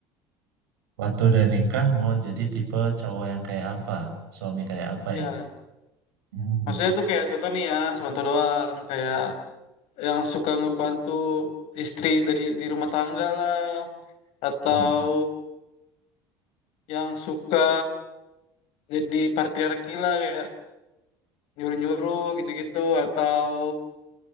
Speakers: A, on the right; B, on the left.
A: Waktu udah nikah mau jadi tipe cowok yang kayak apa? Suami kayak apa
B: Iya.
A: ya? Hmm,
B: Maksudnya tuh kayak contoh nih ya, contoh doang kayak yang suka ngebantu istri dari di rumah tangga lah atau
A: hmm.
B: yang suka jadi patriarki lah kayak nyuruh-nyuruh gitu-gitu atau